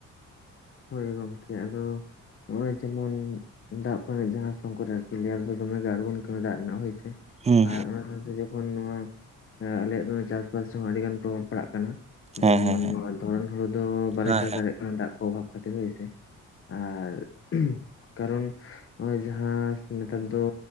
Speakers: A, on the left (about 45°); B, on the right (about 20°).
A: ᱦᱳᱭ ᱜᱚᱝᱠᱮ ᱟᱫᱚ᱾ ᱱᱚᱜ ᱚᱭ ᱡᱮᱢᱚᱱ ᱫᱟᱜ ᱠᱚᱨᱮᱱᱟᱜ ᱡᱟᱸᱦᱟ ᱥᱚᱝᱠᱚᱴ ᱟᱨᱠᱤ ᱞᱮᱭᱟᱨ ᱫᱚ ᱫᱚᱢᱮ ᱜᱮ ᱟᱬᱜᱳᱱ ᱠᱟᱱᱟ ᱫᱟᱜ ᱨᱮᱱᱟᱜ ᱦᱳᱭ ᱥᱮ᱾
B: ᱦᱩᱸ
A: ᱟᱨ ᱚᱱᱟ ᱥᱟᱶᱛᱮ ᱡᱚᱠᱷᱚᱱ ᱱᱚᱣᱟ ᱟᱞᱮᱭᱟᱜ ᱫᱚ ᱪᱟᱥᱵᱟᱥ ᱨᱮᱦᱚᱸ ᱟᱰᱤ ᱜᱟᱱ ᱯᱨᱚᱵᱷᱟᱵᱽ ᱯᱟᱲᱟᱜ ᱠᱟᱱᱟ᱾
B: ᱦᱮᱸ
A: ᱡᱮᱢᱚᱱ
B: ᱦᱮᱸ ᱦᱮᱸ
A: ᱱᱚᱣᱟ ᱫᱷᱚᱨᱚᱱ ᱦᱩᱲᱩ ᱫᱚ ᱵᱟᱞᱮ
B: ᱦᱮᱸ
A: ᱪᱟᱥ ᱫᱟᱲᱮᱭᱟᱜ ᱠᱟᱱᱟ ᱫᱟᱜ ᱠᱚ ᱚᱵᱷᱟᱵᱽ ᱠᱷᱟᱹᱛᱤᱨ ᱦᱳᱭᱥᱮ᱾ ᱟᱨ ᱠᱟᱨᱚᱱ ᱱᱚᱜ-ᱚᱭ ᱡᱟᱸᱦᱟ ᱱᱮᱛᱟᱨ ᱫᱚ᱾